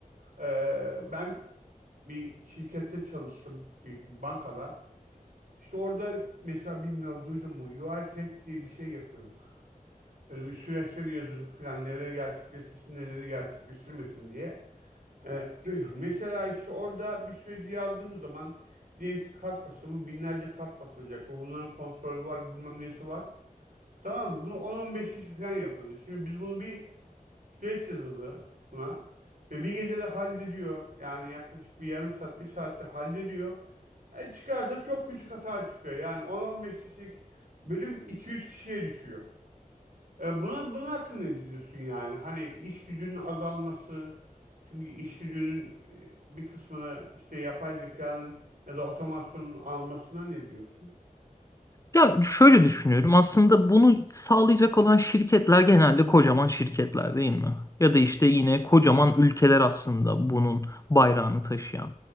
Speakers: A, on the right; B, on the left.
A: Ee, ben bir şirkette çalıştım. Büyük bir bankada. İşte orada mesela bilmiyorum duydun mu UiPath diye bir şey yapıyorduk. Böyle bir süreçleri yazıyorduk filan neleri gerçekleştirsin neleri gerçekleştirmesin diye. E, <clears throat> mesela işte orada bir süreci yazdığımız zaman diyelim ki kart basımı binlerce kart basılacak ve bunların kontrolü var bilmem nesi var. Tamam mı? Bunu 10-15 kişi falan yapıyordu. Şimdi biz bunu bir süreç yazıldı buna ve bir gecede hallediyor. Yani yaklaşık bir yarım saat bir saatte hallediyor. E, çıkarsa çok küçük hata çıkıyor. Yani 10-15 kişilik bölüm 2-3 kişiye düşüyor. E, buna, bunun hakkında ne diyorsun yani? Hani iş gücünün azalması, çünkü iş gücünün e, bir kısmını işte yapay zekanın ya da otomasyonun almasına ne diyorsun?
B: Ya şöyle düşünüyorum. Aslında bunu sağlayacak olan şirketler genelde kocaman şirketler değil mi? Ya da işte yine kocaman ülkeler aslında bunun bayrağını taşıyan